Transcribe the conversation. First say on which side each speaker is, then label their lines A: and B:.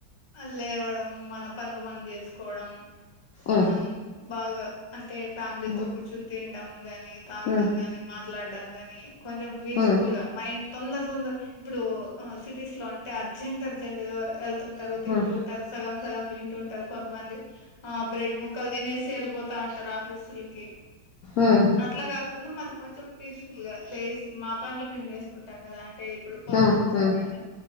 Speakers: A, on the left; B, on the left.
A: అ లేవ్వడం మన పనులు బంద్ చేసుకోవడం
B: ఉమ్
A: ఆ బాగా అంటే ఫ్యామిలీతో
B: ఉమ్
A: కూు తండం గాని తాగడం
B: ఉమ్
A: కాని మా మాట్లాడడంం గాని కొంచెం పీస్ఫుల్గా
B: ఉమ్ ఉమ్
A: మైండ్ తొందర తొందర ఇప్పుడు సిటీస్ లోంట అర్జెంట్ అర్జెంట్ ఇ ఎళ్తుంట తింటుంటారు
B: ఉమ్
A: సగం సగం తింటుంటారు కొంతమంది ఆ బ్రెడ్ ముక్కలు తినేసి వెళ్ళిపోతా ఉంటారు ఆఫీసు తే
B: ఉమ్
A: అట్లా కాకుండా మదకు కొంచెం పీస్ లుగా లేసి మా పనులు మేము చేసుకుంటాం కదా అంటే ఇప్పుడు పశువులుతో
B: ఉమ్ ఉమ్
A: కానీ